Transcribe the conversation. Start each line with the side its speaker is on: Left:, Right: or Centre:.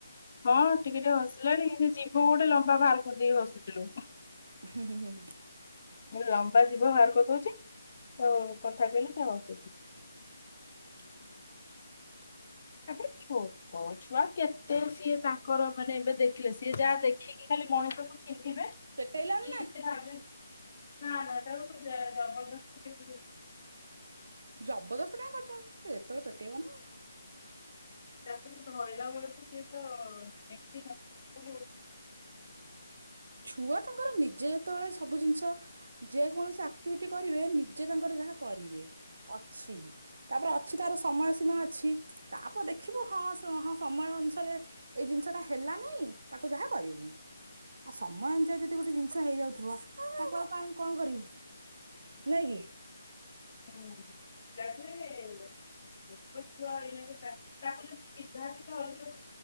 Left: ହଁ ଟିକେ ଟିକେ ହସିଲାଣି ଯିଭ ଗୋଟେ ଲମ୍ବା ବାହାର କରିଦେଇିକି ହସୁଛିଲୋ।
Right: ହୁଁ ହୁଁ ହୁଁ ହୁଁ।
Left: ଲମ୍ବା ଜିଭ ବାହାର କରିଦଉଛି। ତଉ କଥା କହିଲି ସେ ହସୁଛି।
Right: <inaudible>
Left: ତାପରେ ଛୋଟ ଛୁଆ କେତେ ସିଏ ତାଙ୍କର ମାନେ ଏବେ ଦେଖିଲେ ସିଏ ଯାହା ଦେଖି ଟିକେ ଖାଲି ମଣିଷକୁ ଚିହ୍ନିବେ।
Right: ପେଟେଇଲାନି
Left: <unintelligible>
Right: ନା
Left: ନା ନା ତାକୁ ଜା ଜବରଦସ୍ତି ପିନ୍ଧେଇ ଦେବି।
Right: ଜବରଦସ୍ତ କାଇଁ କରୁଛ ସେ ଯେତେବେଳେ ପେଟେଇବ ନା।
Left: ତାପରେ ଧଇଲା ବେଳକୁ ସିଏ ତ ଏମିତି <unintelligible> ହଉଛି।
Right: ଛୁଆ ତାଙ୍କର ନିଜେ ଯେତେବେଳେ ସବୁ ଜିନିଷ ଯେକୌଣସି ଆକ୍ଟିଭିଟି କରିବେ ନିଜେ ତାଙ୍କର ଯାହା କରିବେ ଅଛି। ତାପରେ ଅଛି ତାର ସମୟ ସୀମା ଅଛି ତାପରେ ଦେଖିବୁ ହଁ ହଁ ସମୟ ଅନୁସାରେ ଏଇ ଜିନିଷ ଟା ହେଲା ନାଇଁ ତାକୁ ଯାହା କରିବୁ। ଆଉ ସମୟ ଅନୁଯାୟୀ ଯଦି ଗୋଟେ ଜିନିଷ ହେଇଯାଉଥିବ ତାକୁ ଆଉ କାଇଁ କଣ କରିବୁ। ନାଇକି?
Left: ହୁଁ <unintelligible> ଛୋଟ ଛୁଆ ଏଇନାକେ ତାଙ୍କୁ ତାଙ୍କୁ ଯଦି